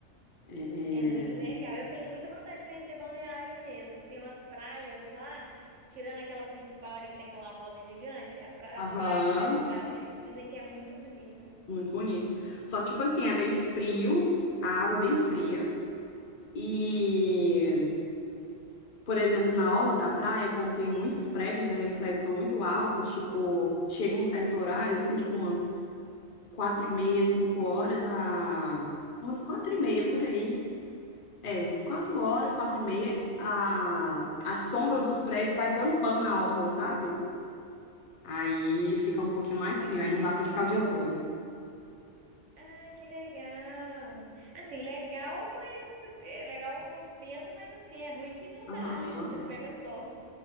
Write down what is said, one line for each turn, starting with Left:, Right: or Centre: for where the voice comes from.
Left: É...
Right: É muito legal. Eu tenho muita vontade de conhecer Balneário mesmo. Tem umas praias lá, tirando aquela principal ali que tem aquela roda gigante, a pra-
Left: Aham,
Right: as praias mais lá para dentro dizem que é muito bonita.
Left: muito bonito. Só que, tipo assim, é meio frio, a água é bem fria. E, por exemplo, na orla da praia, como tem muitos prédios, né? Os prédios são muito altos, tipo, chega um certo horário, assim, tipo umas quatro e meia, cinco horas, a... umas quatro e meia por aí. É, quatro horas, quatro e meia, a, a sombra dos prédios vai tampando a orla, sabe? Aí fica um
Right: Isso,
Left: pouquinho mais
Right: eu
Left: frio,
Right: já
Left: aí não
Right: vi
Left: dá
Right: vídeo
Left: pra ficar o dia
Right: sobre.
Left: todo.
Right: Ah, que legal. Assim, legal, mas é legal o movimento, mas assim, é ruim que não
Left: Aham.
Right: dá, né? Você não pega sol.